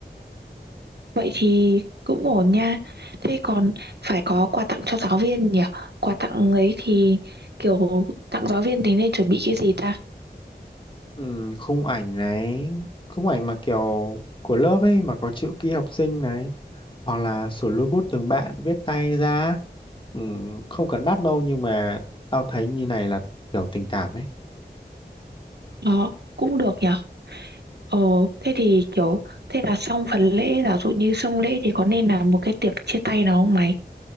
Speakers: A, on the right; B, on the left.
A: vậy thì cũng ổn nha thế còn phải có quà tặng cho giáo viên nhỉ quà tặng ấy thì kiểu tặng giáo viên thì nên chuẩn bị cái gì ta
B: ừ, khung ảnh này khung ảnh mà kiểu của lớp ấy mà có chữ ký học sinh này hoặc là sửa robot từng bạn viết tay ra ừ, không cần đắt đâu nhưng mà tao thấy như này là kiểu tình cảm ấy
A: đó cũng được nhỉ ờ thế thì kiểu thế là xong phần lễ giả dụ như xong lễ thì có nên làm một cái tiệc chia tay nào không mày